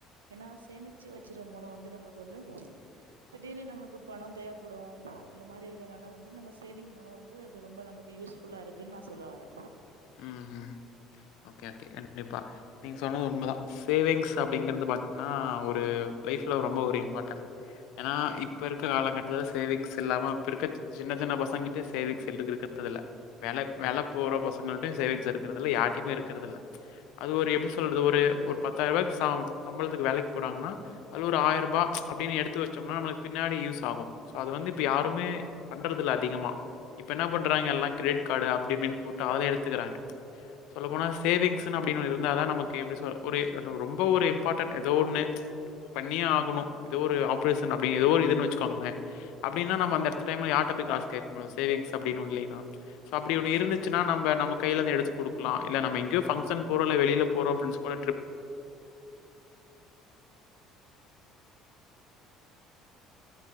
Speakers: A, on the right; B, on the left.
A: ஏனா சேமிச்சு வெச்சிற மூலோ வந்து நம்மளுக்கு வந்து திடீர்னு நம்மளுக்கு பணோ தேவைப்படு அந்த மாரி இருக்கற்னால வந்து நம்ம சேவிங் மூலோ வந்து அது ரொம்ப நம்முளுக் கு யூஸ்ஃபுல்லா இருக்குன் நா சொல்ல வறே.
B: ம் ஹு ஓகே ஓகே கண்டிப்பா நீங்க சொன்னது உண்மதா. சேவிங்ஸ் அப்டிங்கிறது பாத்திங்ன்னா ஒரு லைஃப்ல ரொம்ப ஒரு இம்பாட்டன். ஏனா இப்ப இருக்க காலக்கட்டத்துல சேவிங்ஸ் இல்லாம இப்பிருக்கக் சின்னச் சின்ன பசங்கிட்டியே சேவிங்ஸ் <unintelligible> இருக்குறதுல்ல. வேலக் வேல போற பசங்கள்ட்டியு சேவிங்ஸ் இருக்கறது இல்ல யார்டிமு இருக்கறதில்ல. அது ஒரு எப்டி சொல்றது ஒரு ஒரு பத்தாயிருவாய்க் சாம் சம்பளத்துக்கு வேலைக் போறாங்கன்னா அது ஒரு ஆய்ருபா அப்டினு எடுத்து வெச்சம்னா நம்மளு பின்னாடி யூஸ் ஆகு. சோ அது வந்து இப்ப யாருமே பண்றதுல்ல அதிகமா. இப்ப என்ன பண்றாங்க எல்லா கிரெடிட் காடு அப்டி இப்டின் போட்டு அதுல எடுத்துக்கறாங்க சொல்ல போனா ஸ் சேவிங்ஸ்னு அப்டினு இருந்தா தா நமக்கு எப்டி சொ ஒரே ரொ ரொம்ப ஒரு இம்பாட்டண்ட் எதோ ஒன்னு பண்ணியே ஆகணு எதோ ஒரு ஆப்ரேஷன் அப்டி எதோ ஒரு இதுன் வெச்சுக்கோங்ளே அப்டினா நம்ம அந்த எட்த்த டைம்ல யார்ட்ட போய் காசு கேக் முடியு சேவிங்ஸ் அப்டின் ஒன் இல்லீனா. சோ அப்டி ஒன்னு இருந்துச்சுனா‌ நம்ப நம்ம கையிலந்து எடுத்து குடுக்லா இல்ல நம்ம எங்கியோ ஃபங்ஷன் போறோ இல்ல வெளில போறோ ஃப்ரெண்ட்ஸ் கூட ட்ரிப்